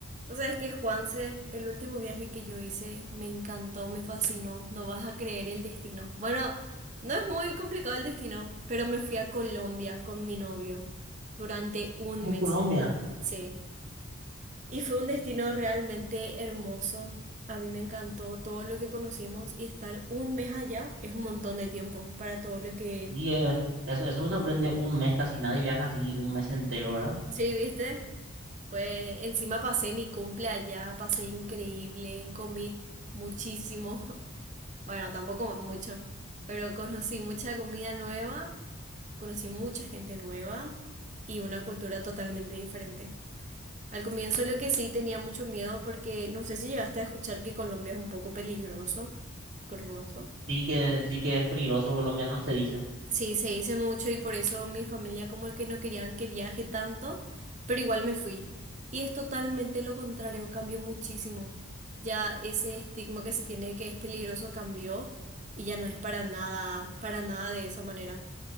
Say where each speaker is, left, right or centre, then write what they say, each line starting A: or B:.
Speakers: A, on the right; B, on the right.
A: O sea, es que Juanse, el último viaje que yo hice, me encantó, me fascinó. No vas a creer el destino. Bueno, no es muy complicado el destino, pero me fui a Colombia con mi novio durante un
B: como
A: mes,
B: Colombia.
A: sí. Y fue un destino realmente hermoso. A mí me encantó todo lo que conocimos y estar un mes allá es un montón de tiempo para todo lo que...
B: Y eh, eso, eso me sorprende, un mes casi nadie viaja así, un mes entero, ¿verdad?
A: Sí, ¿viste? Pues encima pasé mi cumple allá, pasé increíble, comí muchísimo. <laughs> Bueno, tampoco mucho, pero conocí mucha comida nueva, conocí mucha gente nueva y una cultura totalmente diferente. Al comienzo lo que sí tenía mucho miedo porque no sé si llegaste a escuchar que Colombia es un poco peligroso, peligroso
B: Sí que, sí que es peligroso Colombia, no se dice.
A: Sí, se hice mucho y por eso mi familia como que no querían que viaje tanto, pero igual me fui. Y es totalmente lo contrario, cambió muchísimo. Ya ese estigma que se tiene que es peligroso cambió y ya no es para nada, para nada de esa manera.